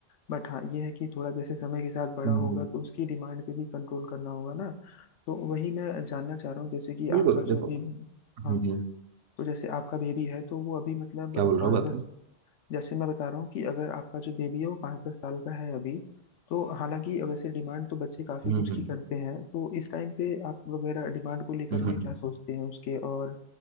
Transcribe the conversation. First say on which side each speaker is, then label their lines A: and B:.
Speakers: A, on the left; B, on the right.
A: बट हाँ ये है कि थोड़ा जैसे समय के साथ बड़ा
B: हम्म,
A: होगा तो उसकी डिमांड पे भी कंट्रोल करना होगा ना तो वही मैं जानना चाह रहा हूँ जैसे कि
B: बिल्कुल
A: आपका जो
B: देखो
A: अभी
B: हम्म
A: हाँ
B: हम्म,
A: तो जैसे आपका बेबी है तो वो अभी मतलब
B: क्या बोल रहा
A: पाँच
B: हूँ बताओ
A: दस जैसे मैं बता रहा हूँ कि अगर आपका जो बेबी है वो पाँच दस साल का है अभी तो हालांकि वैसे डिमांड तो बच्चे काफी
B: हम्म
A: कुछ
B: हम्म
A: की करते हैं तो इस टाइम पे आप वगैरह डिमांड को लेकर
B: हम्म हम्म,
A: के क्या सोचते हैं उसके और